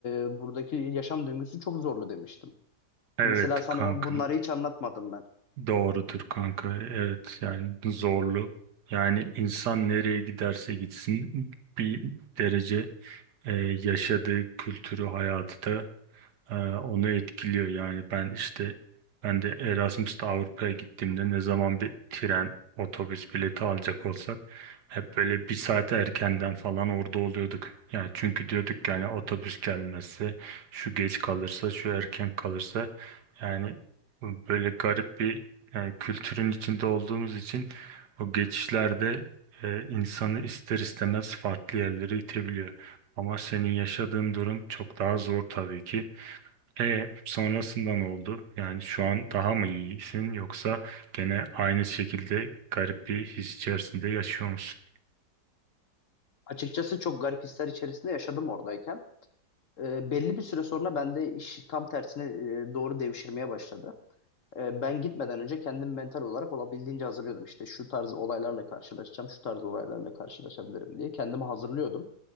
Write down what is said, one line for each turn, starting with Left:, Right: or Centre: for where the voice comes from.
Left: e, buradaki yaşam döngüsü çok zorlu demiştim.
Right: Evet
Left: Mesela sana
Right: kanka
Left: bunları hiç anlatmadım ben.
Right: doğrudur kanka evet yani zorlu yani insan nereye giderse gitsin bir derece e, yaşadığı kültürü hayatı da e, onu etkiliyor. Yani ben işte ben de Erasmus'ta Avrupa'ya gittiğimde ne zaman bir tren, otobüs bileti alacak olsak hep böyle bir saat erkenden falan orada oluyorduk. Yani çünkü diyorduk ki yani otobüs gelmezse, şu geç kalırsa, şu erken kalırsa yani böyle garip bir yani kültürün içinde olduğumuz için o geçişlerde e, insanı ister istemez farklı yerlere itebiliyor. Ama senin yaşadığın durum çok daha zor tabii ki. E sonrasında ne oldu? Yani şu an daha mı iyisin yoksa gene aynı şekilde garip bir his içerisinde yaşıyor musun?
Left: Açıkçası çok garip hisler içerisinde yaşadım oradayken. E, belli bir süre sonra bende iş tam tersine e, doğru devşirmeye başladı. E, ben gitmeden önce kendim mental olarak olabildiğince hazırlıyordum. İşte şu tarz olaylarla karşılaşacağım, şu tarz olaylarla karşılaşabilirim diye kendimi hazırlıyordum.